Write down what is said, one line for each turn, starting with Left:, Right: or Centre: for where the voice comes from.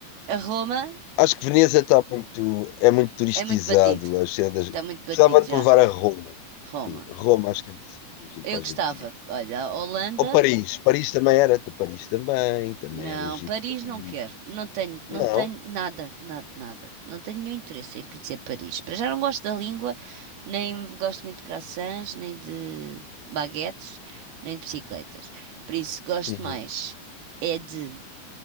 Right: A Roma
Left: Acho que Veneza está muito, é muito turistizado.
Right: é muito batido.
Left: Acho que é das...
Right: Está muito batido
Left: Gostava de
Right: já.
Left: te levar a Roma.
Right: Roma.
Left: Sim, Roma acho que é um sítio giro
Right: Eu
Left: para
Right: gostava.
Left: a gente ir.
Right: Olha, a Holanda.
Left: Ou Paris. Paris também era. Paris também. Também
Right: Não,
Left: era giro.
Right: Paris
Left: Paris.
Right: não quero. Não tenho, não
Left: Não.
Right: tenho nada, nada, nada. Não tenho nenhum interesse em conhecer Paris. Para já não gosto da língua, nem gosto muito de croissants, nem de baguetes, nem de bicicletas. Por isso gosto
Left: Uhum.
Right: mais é de